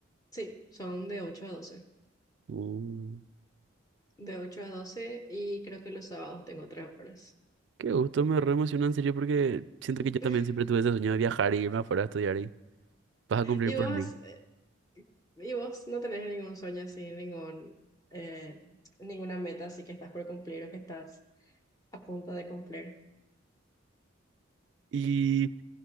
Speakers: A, on the left (about 20°); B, on the right (about 60°).
A: sí, son de ocho a doce
B: Mm,
A: De 8 a 12 y creo que los sábados tengo 3 horas.
B: qué gusto, me re emociona en serio porque siento
A: <laughs>
B: que yo también siempre tuve ese sueño de viajar y irme afuera a estudiar y vas a cumplir
A: ¿Y
B: por
A: vos,
B: mí.
A: eh, y vos no tenés ningún sueño así, ningún, eh, ninguna meta así que estás por cumplir o que estás a punto de cumplir?
B: Y